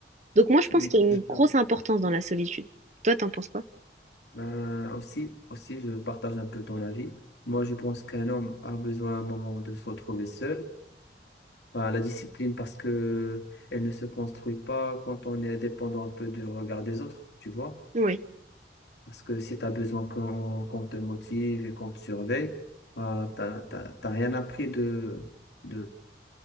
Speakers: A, on the right; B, on the left.
A: Donc moi, je pense
B: Oui,
A: qu'il y a une
B: bien sûr.
A: grosse importance dans la solitude. Toi, t'en penses quoi?
B: Ben, aussi, aussi, je partage un peu ton avis. Moi, je pense qu'un homme a besoin à un moment de se retrouver seul. Enfin, la discipline parce que elle ne se construit pas quand on est dépendant un peu du regard des autres, tu vois.
A: Oui.
B: Parce que si tu as besoin qu'on qu'on te motive et qu'on te surveille, bah, t'as, t'as, t'as rien appris de, de,